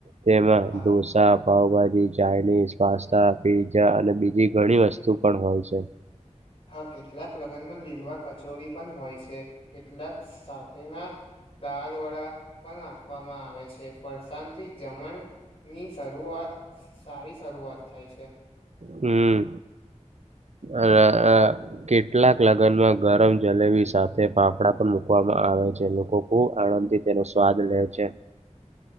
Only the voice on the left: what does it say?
હા
હા, કેટલાક લગ્નમાં લીલવા કચોરી પણ હોય છે. કેટલાક સાથેના દાલ વડા પણ આપવામાં આવે છે. ફરસાણથી જમણની શરૂઆત સારી શરૂઆત થાય છે.